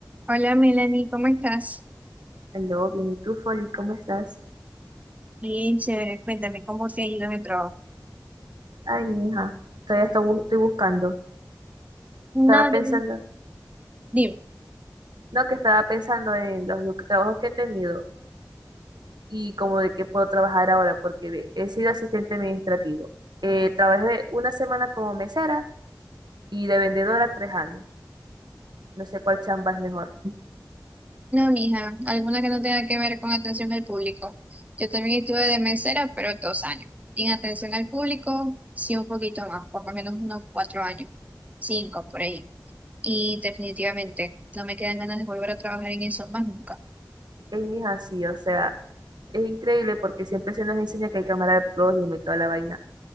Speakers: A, on the right; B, on the right.
A: Hola Melanie, ¿cómo estás?
B: Aló, bien, ¿y tú, Folly? ¿Cómo estás?
A: Bien, chévere. Cuéntame, ¿cómo te ha ido en el trabajo?
B: Ay, mi hija, todavía estoy, bu- estoy buscando. Estaba
A: No,
B: pensando,
A: yo Dime.
B: no, que estaba pensando en los, lu- trabajos que he tenido y como de qué puedo trabajar ahora, porque ve, he sido asistente administrativo. Eh, trabajé una semana como mesera y de vendedora tres años. No sé cuál chamba es mejor.
A: No, mija, alguna que no tenga que ver con atención al público. Yo también estuve de mesera, pero dos años. Y en atención al público, sí, un poquito más, por lo menos unos cuatro años, cinco por ahí. Y definitivamente no me quedan ganas de volver a trabajar en eso más nunca.
B: Ay, mi hija, sí, o sea, es increíble porque siempre se nos enseña que hay que amar al prójimo y toda la vaina.